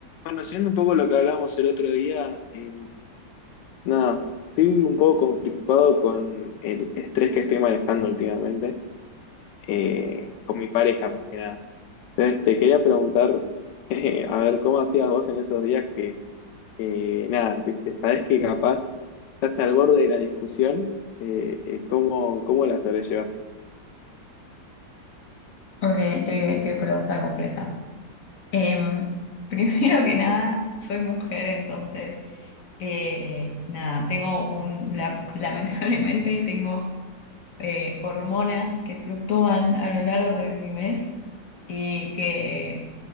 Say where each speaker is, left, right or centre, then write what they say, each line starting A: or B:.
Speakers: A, on the left (about 75°); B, on the left (about 50°).
A: Bueno, siendo un poco lo que hablamos el otro día, eh, nada, estoy un poco conflictuado con el estrés que estoy manejando últimamente, eh, con mi pareja más que nada. Entonces, te quería preguntar, <laughs> eh, a ver, ¿cómo hacías vos en esos días que, eh, nada, viste, sabés que capaz estás al borde de la discusión, eh, eh, ¿cómo, cómo la sobrellevas?
B: Ok, qué, qué pregunta compleja. Em, <laughs> primero que nada, soy mujer, entonces, eh, nada, tengo un, la- lamentablemente <laughs> tengo eh, hormonas que fluctúan a lo largo de mi mes y que